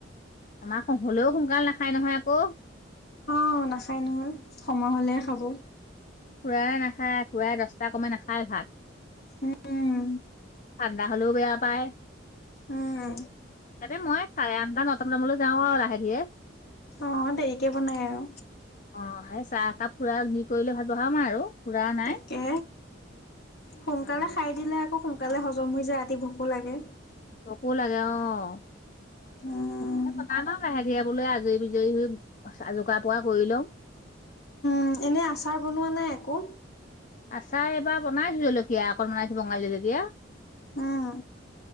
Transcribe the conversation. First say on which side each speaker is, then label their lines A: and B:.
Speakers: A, on the left; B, on the left.
A: আমাৰ হ'লেও, সোনকাল নাখায় নহয়, আকৌ।
B: অ'! নাখায় নহয়, সময় হ'লেহে খাব।
A: খুড়াই নাখায়, খুড়াই দহটা <unintelligible> নাখায় ভাত।
B: উম,
A: ঠাণ্ডা হ'লেও, বেয়া পায়।
B: উম,
A: তাতে, মই চাৰে আঠটা, নটামানত যাওঁ আৰু লাহে-ধিৰে।
B: অ'! দেৰিকে বনায় আৰু।
A: অ'! সেই চাহ একাপ খুড়াক, দি কৰিলে ভাল বহাম আৰু খুড়া নাই।
B: তাকে সোনকালে
A: উম উম
B: খাই দিলে আকৌ, সোনকালে হজম হৈ যায়, ৰাতি ভোকোঁ লাগে।
A: ভোকোঁ লাগে, অ'!
B: উম,
A: বনাম আৰু লাহে-ধিৰে বোলোঁ, আজৰি-বিজৰি হৈ <unintelligible> কৰি লওঁ।
B: উম, এনেই আচাৰ বনোৱা নাই, একো?
A: আচাৰ এইবাৰ বনাইছোঁ, জলকীয়া অকণ বনাইছোঁ, বঙালী জলকীয়া।
B: উম,